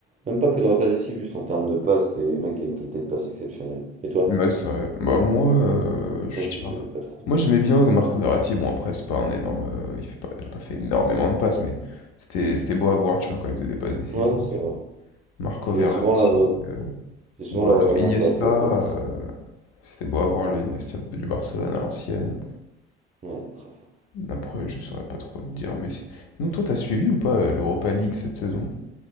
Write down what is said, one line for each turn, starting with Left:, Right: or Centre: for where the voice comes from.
Right: même pas que dans la passe décisive, juste en termes de passe, les mecs, qui y a une qualité de passe exceptionnelle. Et toi?
Left: Ouais, c'est vrai. Bah, moi, euh, je
Right: Même si
Left: tiens
Right: tu connais
Left: un peu.
Right: pas trop.
Left: Moi, j'aimais bien Marco Verratti. Bon, après, c'est pas un énorme. euh, il fait pas, il a pas fait énormément de passes, mais c'était c'était beau à voir, tu vois, quand il faisait des passes décisives.
Right: Ouais, non, c'est vrai.
Left: Marco
Right: Il faisait
Left: Verratti,
Right: souvent la
Left: euh,
Right: il faisait
Left: ou
Right: souvent l'avant-dernière
Left: alors Iniesta.
Right: passe, pas la passe décisive.
Left: euh, c'était beau à voir le Iniesta de- du Barcelone à l'ancienne.
Right: Ouais, il est très fort.
Left: Après, je saurais pas trop te dire, mais c'est- sinon, toi, t'as suivi ou pas euh, l'Europa League cette saison?